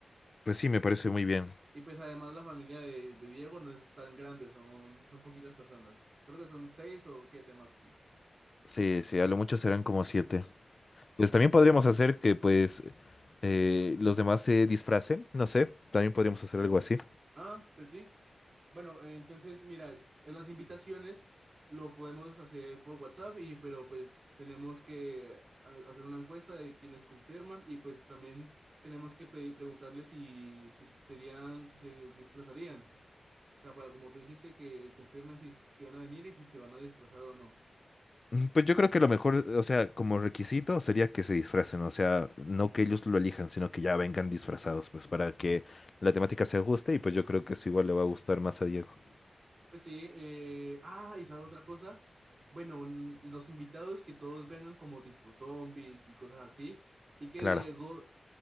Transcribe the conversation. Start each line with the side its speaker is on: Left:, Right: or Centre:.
Left: Pues sí, me parece muy bien.
Right: Y pues además la familia de, de Diego no es tan grande, son, son poquitas personas. Creo que son seis o siete máximo.
Left: Sí, sí, a lo mucho serán como siete. Pues también podríamos hacer que pues eh, los demás se disfracen, no sé, también podríamos hacer algo así.
Right: Ah, pues sí. Bueno, eh, entonces mira, en las invitaciones lo podemos hacer por WhatsApp y pero pues tenemos que eh, hacer una encuesta de quienes confirman y pues también tenemos que pedir, preguntarles si, si serían, si se disfrazarían. O sea, para como tú dijiste, que confirmen si, si van a venir y si se van a disfrazar o no.
Left: Mm, Pues yo creo que lo mejor, o sea, como requisito sería que se disfracen, o sea, no que ellos lo elijan, sino que ya vengan disfrazados, pues para que la temática se ajuste y pues yo creo que eso igual le va a gustar más a Diego.
Right: Pues sí, eh, ah, y sabes otra cosa, bueno, n- los invitados que todos vengan como tipo zombies y cosas así, y que
Left: Claro,
Right: Diego